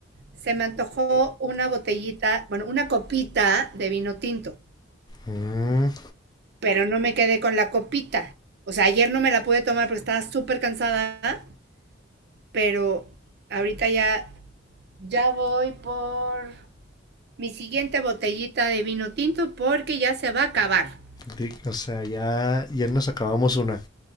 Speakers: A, on the right; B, on the left.
A: se me antojó una botellita, bueno, una copita de vino tinto,
B: Mm,
A: pero no me quedé con la copita. O sea, ayer no me la pude tomar porque estaba súper cansada, pero ahorita ya, ya voy por mi siguiente botellita de vino tinto porque ya se va a acabar.
B: de- o sea, ya, ya nos acabamos una.